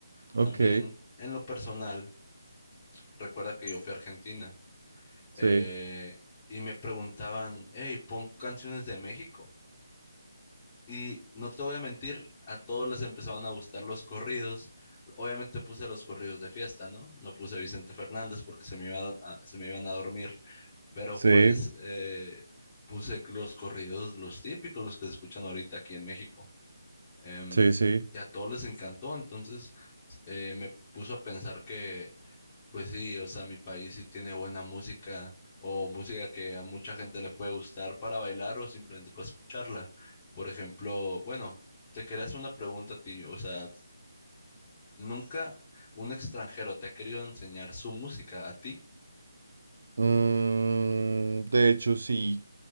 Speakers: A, on the right; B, on the left.
A: ok,
B: También en lo personal, recuerda que yo fui a Argentina
A: sí,
B: eh, y me preguntaban, hey, pon canciones de México. Y no te voy a mentir, a todos les empezaron a gustar los corridos. Obviamente puse los corridos de fiesta, ¿no? No puse Vicente Fernández porque se me iba a- a- se me iban a dormir. pero
A: sí,
B: pues eh, puse los corridos, los típicos, los que se escuchan ahorita aquí en México. Em,
A: sí, sí.
B: y a todos les encantó, entonces eh, me puso a pensar que, pues sí, o sea, mi país sí tiene buena música o música que a mucha gente le puede gustar para bailar o simplemente para escucharla. Por ejemplo, bueno, te quería hacer una pregunta a ti, o sea, ¿nunca un extranjero te ha querido enseñar su música a ti?
A: Mm, de hecho, sí,